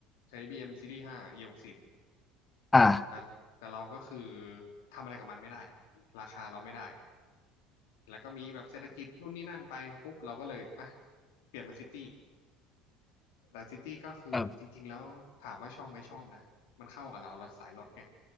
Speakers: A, on the left (about 70°); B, on the left (about 20°).
A: ใช้ BM Series 5 E 60
B: อ่า
A: แต่แต่เราก็คือทำอะไรกับมันไม่ได้ราคาเราไม่ได้แล้วก็มีแบบเศรษฐกิจนู่นนี่นั่นไปปุ๊บเราก็เลยอ่ะเปลี่ยนมาซิตี้ แต่ซิตี้ก็คือจริงๆแล้วถามว่าชอบไหมชอบนะมันเข้ากับเราเราสายรถไง
B: อ่า